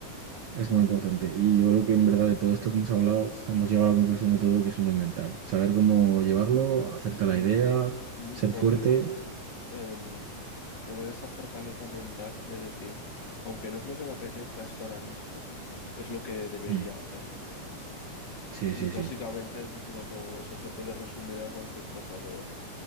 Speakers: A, on the right; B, on the left.
A: Es muy importante. Y yo creo que en verdad de todo esto que hemos hablado, hemos llegado a la conclusión de todo que es muy mental. Saber cómo llevarlo, hacerte
B: Sí,
A: la idea,
B: es muy
A: ser
B: jodido
A: fuerte.
B: em, tener esa fortaleza mental de decir, aunque no es lo que me apetezca esto ahora mismo, es lo que debería
A: Mm,
B: hacer.
A: Sí,
B: Y
A: sí,
B: básicamente,
A: sí.
B: pues lo, eso se puede resumir a cualquier cosa de